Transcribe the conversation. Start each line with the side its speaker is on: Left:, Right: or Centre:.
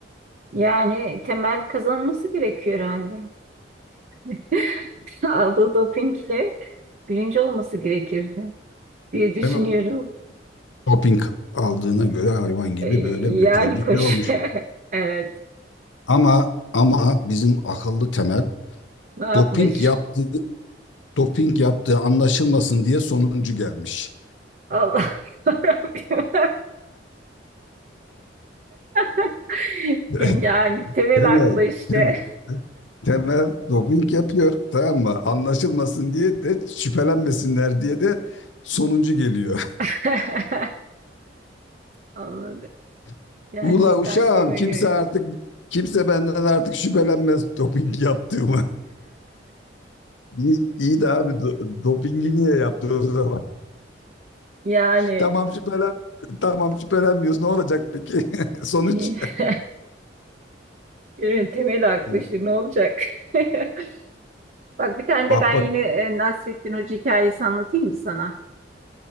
Right: Yani temel kazanması gerekiyor herhalde. <laughs> aldığı dopingle birinci olması gerekirdi diye düşünüyorum.
Left: Değil mi? Doping aldığına göre hayvan gibi
Right: Ee,
Left: böyle vücudu
Right: Yani koş.
Left: şey olmuş.
Right: <laughs> Evet.
Left: Ama ama bizim akıllı temel
Right: Ne yapmış?
Left: doping yaptığı doping yaptığı anlaşılmasın diye sonuncu gelmiş.
Right: Allah <laughs> yarabbim. <laughs>
Left: <laughs>
Right: Yani temel
Left: Değil mi?
Right: aklı işte.
Left: Değil mi? Temel doping yapıyor tamam mı? Anlaşılmasın diye de şüphelenmesinler diye de sonuncu geliyor.
Right: <laughs> Anladım.
Left: <laughs>
Right: Gerçekten
Left: Ula uşağım
Right: komik.
Left: kimse artık
Right: <laughs>
Left: kimse benden artık şüphelenmez doping yaptığımı. İyi, iyi de abi do- dopingi niye yaptı o zaman?
Right: Yani
Left: <laughs> Tamam şüphelen tamam şüphelenmiyoruz. Ne olacak peki? <laughs> Sonuç.
Right: <laughs> ürün temel aklı
Left: Ya.
Right: işte ne olacak? <laughs> Bak bir tane
Left: Bak
Right: de ben
Left: bak
Right: yine e, Nasrettin Hoca hikayesi anlatayım mı sana?